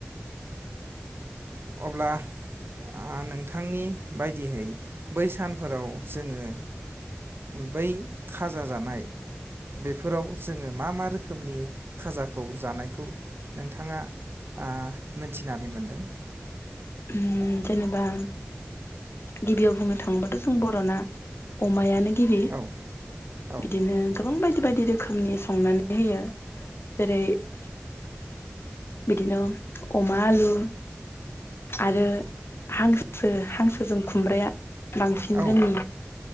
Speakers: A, on the right (about 60°); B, on the left (about 65°).
A: अब्ला आं नोंथांनि बायदियै बै सानफोराव जोङो बै खाजा जानाय बेफोराव जोङो मा मा रोखोमनि खाजाखौ जानायखौ नोंथाङा आ मोनथिनानै मोनदों?
B: उम जेनेबा गिबियाव बुंनो थाङोबाथ' जों बर'ना अमायानो गिबि
A: औ औ
B: बिदिनो गोबां बाय बायदि रोखोमनि संनानै होयो जेरै बिदिनो अमा आलु आरो हांसो, हांसोजों खुमब्राया बांसिन
A: औ
B: जोंनि